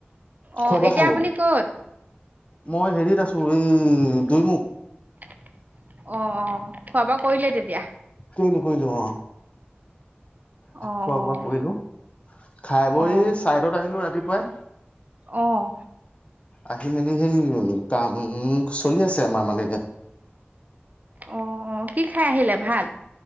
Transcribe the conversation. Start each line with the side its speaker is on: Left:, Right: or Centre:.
Right: অ'
Left: খোৱা বোৱা
Right: এতিয়া
Left: খালো
Right: আপুনি ক'ত।
Left: মই হেৰিত আছো এই দুইমুখ।
Right: অ' খোৱা বোৱা কৰিলে তেতিয়া।
Left: কৰিলোঁ কৰিলোঁ অ'।
Right: অ',
Left: খোৱা বোৱা কৰিলোঁ, খাই বৈ
Right: অ', অ'।
Left: চাইডত আহিলো ৰাতিপুৱাই।
Right: অ'।
Left: আহি মেলি সেই কাম চলি আছে আমাৰ মানে ইয়াত
Right: অ কি খাই আহিলে ভাত।